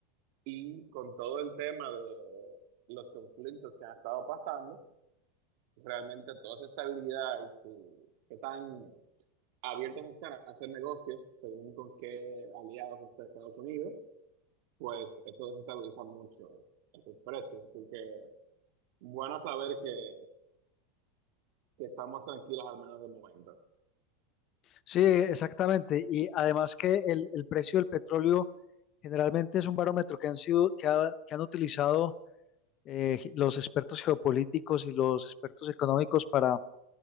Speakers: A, on the right (about 60°); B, on the left (about 40°).
A: y con todo el tema de los conflictos que han estado pasando, realmente toda esa estabilidad y su, qué tan abiertos están a hacer negocios según con qué aliados está Estados Unidos, pues esto desestabiliza mucho esos precios. Así que bueno saber que que estamos tranquilos al menos de momento.
B: Sí, exactamente. Y además que el, el precio del petróleo generalmente es un barómetro que han sido, que, ha- que han utilizado eh, ge- los expertos geopolíticos y los expertos económicos para,